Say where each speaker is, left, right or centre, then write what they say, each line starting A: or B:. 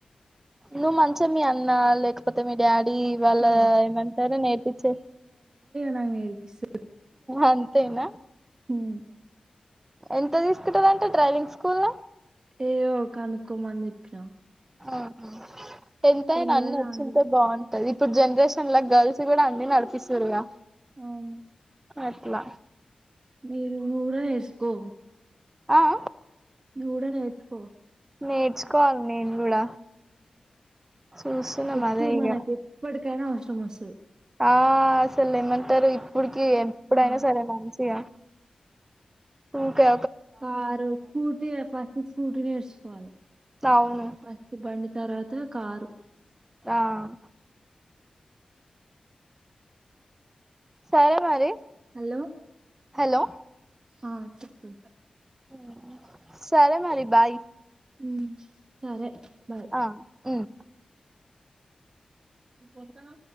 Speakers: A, on the right (about 15°); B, on the right (about 35°).
A: నువ్ మంచి మీ అన్న లేకపోతే మీ డాడీ ఈ వాళ్ళ
B: ఆ
A: ఏమంటార నేర్పిచ్చే
B: న నరుపిస్
A: అంతేనా
B: ఉమ్.
A: ఎంత తీసుకుంటారు అంట ట్రైవింగ్ స్కూల్ లో
B: ఏమో కనుక్కోమని చెప్పినా
A: ఆహ ఎంతయనన్ను
B: తెల్వదు
A: వచ్చింతే
B: నాకు కూడా
A: బాగుంది ఇప్పుడు జనరేషన్ లా గర్ల్స్ కూడా అన్ని నడిపిస్తురుగా
B: అవును
A: అట్లా
B: మీరు ను్వు కూడా నీసుకో
A: ఆఆ
B: నువ్వు కూడా నేర్చుకో
A: నేర్చుకోవాలి నేను కూడా చుస్తునాం
B: జస్ట్
A: అదే
B: మనకి
A: ఇగా
B: ఎప్పటికైనా అవసరం వస్తాది
A: ఆ అసలు ఏమంటారు ఇప్పుడుకి ఎప్పుడైనా
B: ఆ
A: సరే మంచిగా ఇకా
B: కారు స్కూటి ఏ ఫస్ట్ స్కూటి నెర్స్ చుకోవాలి
A: అవును
B: ఫస్ట్ బండి తర్వాత కారు
A: ఆహ్ సరే మరి
B: హలో
A: హలో
B: ఆహ్ చెప్పు
A: ఉమ్ సరే మరి బాయ్
B: ఉమ్ సరే బాయ్
A: ఆహ్ ఉమ్
B: పోత్తనా